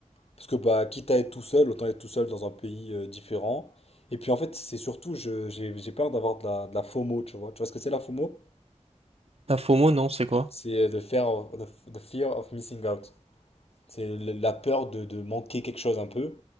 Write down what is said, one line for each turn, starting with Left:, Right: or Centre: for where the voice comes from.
Left: Parce que bah, quitte à être tout seul, autant être tout seul dans un pays euh, différent. Et puis en fait, c'est surtout, je, j'ai, j'ai peur d'avoir de la, de la FOMO, tu vois. Tu vois ce que c'est la FOMO?
Right: La FOMO, non, c'est quoi?
Left: C'est euh, the fear the, the fear of missing out. C'est le- la peur de, de manquer quelque chose un peu.